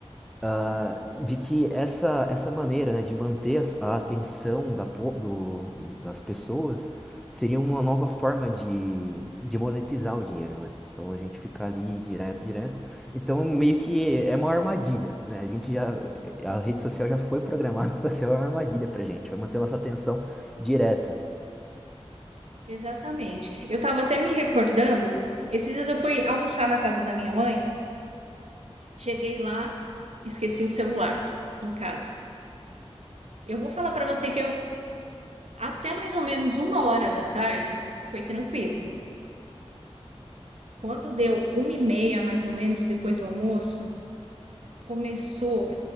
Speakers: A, in the centre; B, on the right (about 80°).
A: ah,
B: sim.
A: de que essa, essa maneira, né, de manter as- a atenção da, po- do- das pessoas seria uma nova forma de, de monetizar o dinheiro, né? Então a gente fica ali direto, direto. Então meio que é uma armadilha, né? A gente já, a rede social já foi programada <laughs> para ser uma armadilha pra gente, vai manter nossa atenção direto.
B: Exatamente. Eu estava até me recordando, esses dias eu fui almoçar na casa da minha mãe, cheguei lá, esqueci o celular em casa. Eu vou falar para você que eu Até mais ou menos uma hora da tarde foi tranquilo. Quando deu uma e meia, mais ou menos, depois do almoço, começou,